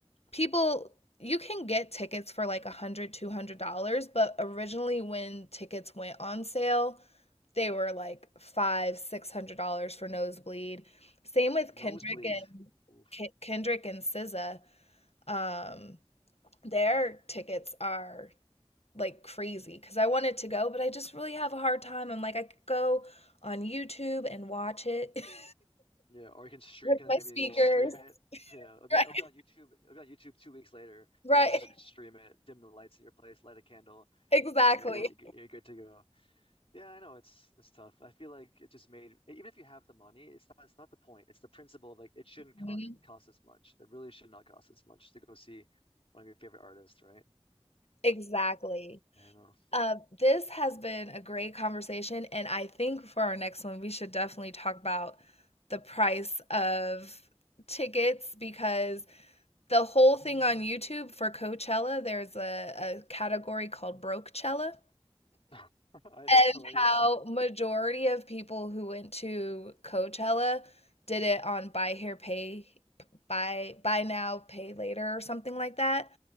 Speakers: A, on the left; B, on the left.
A: people you can get tickets for like a hundred two hundred dollars but originally when tickets went on sale they were like five six hundred dollars for nosebleed same with
B: Nosebleed.
A: kendrick and
B: Oof.
A: K- kendrick and SZA um their tickets are like crazy because I wanted to go but I just really have a hard time I'm like I could go on YouTube and watch it <laughs>
B: Yeah, or you can stream,
A: with
B: you can
A: my
B: maybe
A: speakers
B: like stream it.
A: <laughs>
B: <laughs> Yeah, it'll be
A: right
B: it'll be on YouTube. It'll be on YouTube two weeks later.
A: right
B: You can just stream it, dim the lights in your place, light a candle,
A: exactly
B: and you're good to you're good to go. Yeah, I know it's it's tough. I feel like it just made e, even if you have the money, it's not it's not the point. It's the principle of like it shouldn't co
A: Mhm.
B: cost as much. It really should not cost as much to go see one of your favorite artists, right?
A: Exactly.
B: I don't know.
A: Uh, this has been a great conversation, and I think for our next one, we should definitely talk about the price of tickets because the whole thing on YouTube for Coachella, there's a, a category called Brokecella,
B: <laughs> I, that's
A: and
B: hilarious.
A: how majority of people who went to Coachella did it on buy here, pay buy buy now, pay later, or something like that.